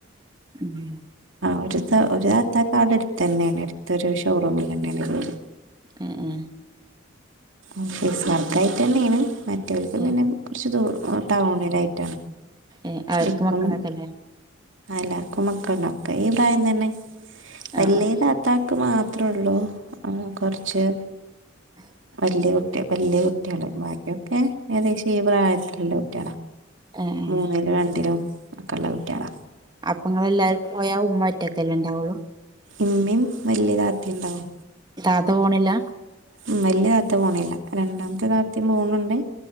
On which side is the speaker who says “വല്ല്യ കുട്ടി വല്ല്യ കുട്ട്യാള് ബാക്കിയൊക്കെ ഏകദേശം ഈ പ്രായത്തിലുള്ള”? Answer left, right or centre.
Right